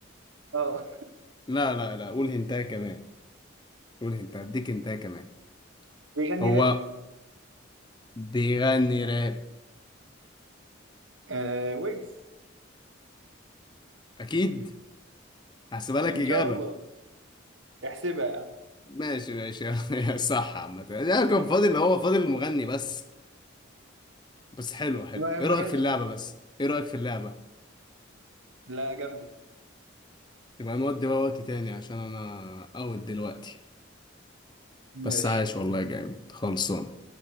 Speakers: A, on the right; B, on the left.
A: اه
B: لا لا لا قول هنتايه كمان قول هنتايه اديك هنتايه كمان
A: بيغني
B: هو
A: راب
B: بيغني راب
A: آه ويجز
B: اكيد هحسبها لك
A: ان
B: اجابه
A: شاء الله احسبها
B: ماشي ماشي <laughs> يا صح عامه لا كان فاضل هو فاضل المغني بس بس حلو حلو
A: ما
B: ايه
A: ما
B: رايك
A: جاتش
B: في اللعبه بس ايه رايك في اللعبه
A: لا جامده
B: يبقى نودي بقى وقت تاني عشان انا اوت دلوقتي
A: ماشي
B: بس عايش والله جامد خلصان